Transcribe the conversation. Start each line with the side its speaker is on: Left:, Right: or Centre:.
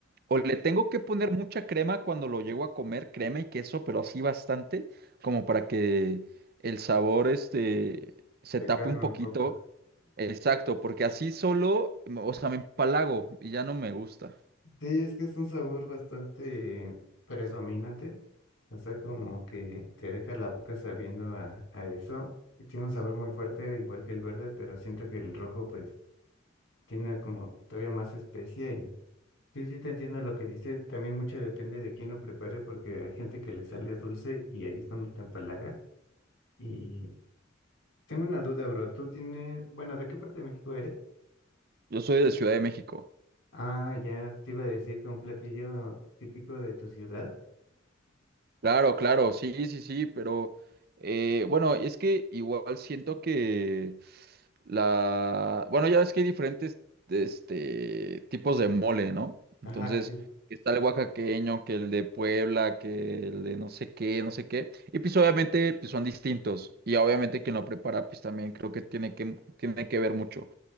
Right: o le tengo que poner mucha crema cuando lo llego a comer, crema y queso, pero así bastante, como para que el sabor este se
Left: Pecarme
Right: tape un poquito.
Left: un poco.
Right: Exacto, porque así solo, o sea, me empalago y ya no me gusta.
Left: Sí, es que es un sabor bastante predominante, o sea, como que te deja la boca sabiendo a, a eso. y Tiene un sabor muy fuerte, igual que el verde, pero siento que el rojo pues tiene como todavía más especia y sí, sí te entiendo lo que dice. También mucho depende de quién lo prepare porque hay gente que le sale dulce y ahí es cuando te empalaga. Y tengo una duda, bro, ¿tú tienes, bueno, ¿de qué parte de México eres?
Right: Yo soy de Ciudad de México.
Left: Ah, ya te iba a decir que un platillo típico de tu ciudad.
Right: Claro, claro, sí, sí, sí, pero eh, bueno, es que igual siento que la, bueno, ya ves que hay diferentes este, tipos de mole, ¿no?
Left: Ajá.
Right: Entonces, está el oaxaqueño, que el de Puebla, que el de no sé qué, no sé qué, y pues obviamente pues, son distintos, y obviamente quien lo prepara pues también creo que tiene que, tiene que ver mucho.